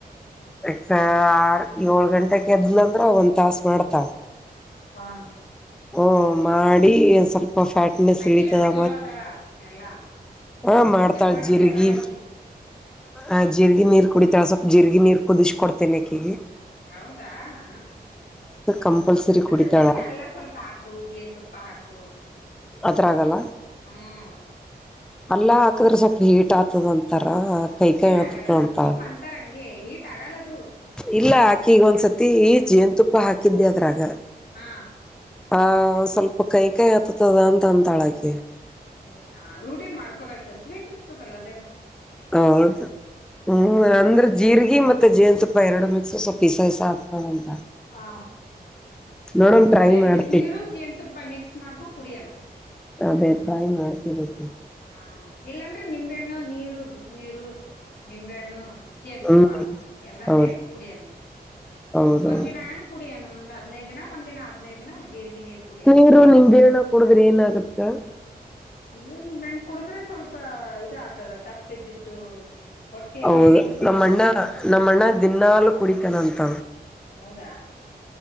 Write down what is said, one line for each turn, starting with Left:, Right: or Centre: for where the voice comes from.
Centre: ಎಕ್ಸಾರ್ ಯೋಳ್ ಗಂಟೆಗ್ ಯದ್ಲಂದ್ರೆ ಒಂದ್ ತಾಸ ಮಾಡ್ತಳ್.
Left: ಪಾ
Centre: ಓ ಮಾಡಿ ಒಂದ್ ಸ್ವಲ್ಪ ಫ್ಯಾಟ್ನೆಸ್
Left: ಅಕಿ
Centre: ಇಳಿತದ.
Left: ಚಲೋ ಅದಾಳ ಎಲ್ಲಾ
Centre: ಹಾ ಮಾಡ್ತಾಳ್
Left: ಚಟುವಟಿಕೆ
Centre: ಜೀರ್ಗಿ
Left: ಅದಾಳಕಿ
Centre: ಆ ಜೀರ್ಗಿ ನೀರ್ ಕುಡಿತಾಳ್ ಸ್ವಲ್ ಜಿರ್ರಿಗಿ ನೀರ್ ಕುದಿಸ್ ಕೊಡ್ತಿನ್ ಅಕಿಗಿ.
Left: ಹೌದಾ ಹ
Centre: ಕಂಪಲ್ಸರಿ
Left: ಅದ್ರ
Centre: ಕುಡಿತಾಳ
Left: ಜೊತೆ ಅಲ್ಲಾ ಸ್ವಲ್ಪ ಹಾಕು ಜೇನ್ ತುಪ್ಪ ಹಾಕು.
Centre: ಅದ್ರ ಗಲ್ಲ
Left: ಹ್ಮ್
Centre: ಅಲ್ಲಾ ಹಾಕದ್ರೆ ಸ್ವಲ್ಪ ಹೀಟ ಆಗ್ತದ ಅಂತ. ಹಾ ಕೈ ಕೈ
Left: ಏನ್
Centre: ಹತ್ತುಕೊಂತಾಳ
Left: ಆಗಲ್ಲ ಸುಮ್ ಅಂತಾರಂಗೆ ಹೀಟ್ ಆಗಲ್ಲದು
Centre: ಇಲ್ಲ ಆಕಿ ಈಗ ಒಂದ್ಸತಿ ಜೇನು ತುಪ್ಪ ಹಾಕಿದ್ದೆ ಅದ್ರಾಗ.
Left: ಹಾ
Centre: ಹ ಸ್ವಲ್ಪ ಕಹಿ ಕಹಿ ಹತ್ತದ ಅಂತ ಅಂತಾಳಕಿ
Left: ಏ ಆ ರೂಢಿ ಮಾಡ್ಕೋಬೇಕು ಸ್ವೀಟ ಇರ್ತದಲ್ಲ ಅದೇನು
Centre: ಹೌದು ಹ್ಮ್ ಅಂದ್ರೆ ಜೀರ್ಗಿ ಮತ್ತ ಜೇನು ತುಪ್ಪ ಎರಡು ಮಿಕ್ಸ ಸ್ವಲ್ಪ ಇಸ ಇಸ ಆಗ್ತದ
Left: ಹಾ
Centre: ನೋಡಮ್ ಟ್ರೈ
Left: ಬರೇ
Centre: ಮಾಡ್ತೀವಿ
Left: ಬಿಸಿನೀರು ಜೇನ್ತುಪ್ಪ ಮಿಕ್ಸ್ ಮಾಡ್ಕೊಂಡ್ ಕುಡಿಯಣ.
Centre: ಅಭಿಪ್ರಾಯ ಮಾಡಸಲಿಕ್ಕು
Left: ಹ ಇಲ್ಲಾಂದ್ರೆ ನಿಂಬೆಹಣ್ಣು ನೀರು ಬಿಸ ನೀರು ನಿಂಬೆಹಣ್ಣು ತುಪ್ಪ
Centre: ಹ್ಮ್
Left: ಎಲ್ಲಾ
Centre: ಹೌದು
Left: ಸೇರ್ಸ ಕುಡಿಯನ್ನು
Centre: ಹೌದೌದು
Left: ಒಂದಿನ ಹಂಗ ಕುಡಿನ ಒಂದು ಹದಿನೈದು ದಿನ ಒಂದ ದಿನ ಹದಿನೈದು ದಿನ ಜೀರಿಗೆ ನೀರ್ ಕುಡಿಯನ್
Centre: ನೀರು ನಿಂಬೆ ಹಣ್ಣು ಕುಡಿದ್ರೆ ಏನಾಗತ್ತ
Left: ನೀರು ನಿಂಬೆ ಹಣ್ಣು ಕುಡಿದ್ರೆ ಸ್ವಲ್ಪ ಇದ ಆಗ್ತದ ದಪ್ಪ ಇದ್ದಿದ್ದು ಹೊಟ್ಟಿ ಅದು
Centre: ಹೌದು
Left: ಇಳಿತದ
Centre: ನಮ್ಮ ಅಣ್ಣ ನಮ್ಮಣ್ಣ ದಿನಾಲು ಕುಡಿತನ ಅಂತ
Left: ಹೌದ